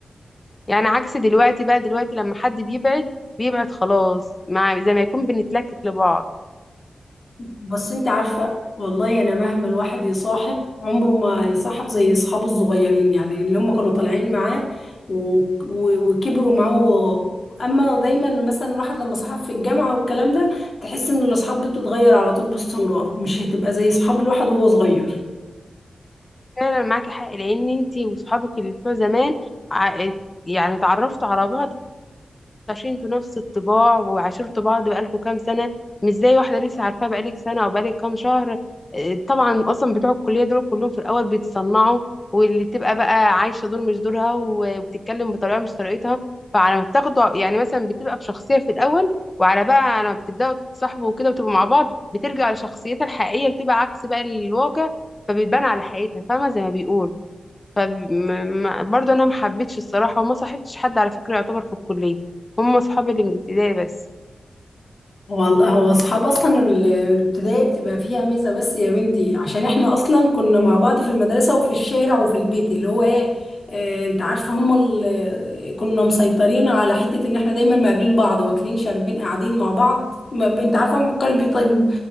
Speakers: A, on the left; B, on the left.
A: يعني عكس دلوقتي بقى دلوقتي لما حد بيبعد بيبعد خلاص مع زي ما يكون بنتلكك لبعض
B: بس انت عارفة والله انا مهما الواحد يصاحب عمره ما يصاحب زي اصحابه الصغيرين يعني اللي هم كانوا طالعين معاه و... و... وكبروا معاه و... اما دايما مثلا الواحد لما صاحب في الجامعة والكلام ده تحس ان الاصحاب دي بتتغير على طول باستمرار مش هتبقى زي اصحاب الواحد وهو صغير
A: فعلا معاكي حق لأن انتي وصحابك اللي بتوع زمان ع- يعني اتعرفتوا على بعض عشان انتوا نفس الطباع وعاشرتوا بعض بقالكوا كام سنة مش زي واحدة لسه عارفاها بقالك سنة أو بقالك كام شهر اه، طبعا أصلا بتوع الكلية دول كلهم في الأول بيتصنعوا واللي تبقى بقى عايشة دول مش دورها وبتتكلم بطريقة مش طريقتها فعلى ما بتاخدوا يعني مثلا بتبقى بشخصية في الأول وعلى بقى على ما بتبدأوا تتصاحبوا وكده وتبقوا مع بعض بترجع لشخصيتها الحقيقية بتبقى عكس بقى الواقع فبتبان على حقيقتها فاهمة زي ما بيقولوا فبرضه انا ما حبيتش الصراحه وما صاحبتش حد على فكره يعتبر في الكليه هم اصحابي اللي من ابتدائي بس
B: والله هو اصحاب اصلا ال- الابتدائي بتبقى فيها ميزه بس يا بنتي عشان احنا اصلا كنا مع بعض في المدرسه وفي الشارع وفي البيت اللي هو ايه آه، انت عارفه هم ال- كنا مسيطرين على حته ان احنا دايما مقابلين بعض واكلين شاربين قاعدين مع بعض ما ب- انت عارفه هم كانوا بيطيب